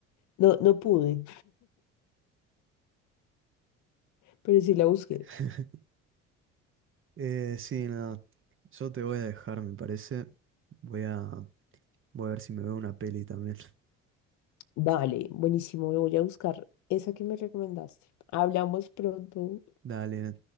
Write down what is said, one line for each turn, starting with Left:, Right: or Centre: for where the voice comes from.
Left: no, no pude, pero sí la busqué.
Right: <laughs> Eh, sí, nada, yo te voy a dejar, me parece. Voy a, voy a ver si me veo una peli también.
Left: vale buenísimo, voy a buscar esa que me recomendaste. Hablamos pronto.
Right: <laughs> Dale,